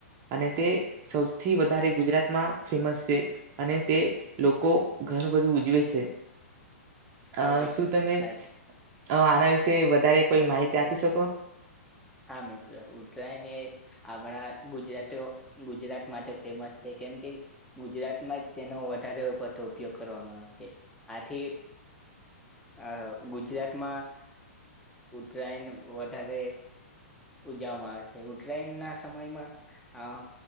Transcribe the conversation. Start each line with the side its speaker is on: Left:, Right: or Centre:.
Right: અને તે સૌથી વધારે ગુજરાતમાં ફેમસ છે અને તે લોકો ઘણું બધું ઉજવે છે.
Centre: હા
Right: અ
Centre: મિત્ર
Right: શું તમે? તમે
Centre: તા
Right: આના વિશે વધારે કોઈ માહિતી આપી શકો.
Centre: હા મિત્ર ઉત્તરાયણ એ આપણા ગુજરાતીઓ ગુજરાત માટે ફેમસ છે કેમ કે ગુજરાતમાં જ તેનો વધારે પ ઉપયોગ કરવામાં આવે છે આથી અ ગુજરાતમાં ઉત્તરાયણ વધારે ઉજવવામાં આવે છે ઉત્તરાયણ ના સમયમાં અ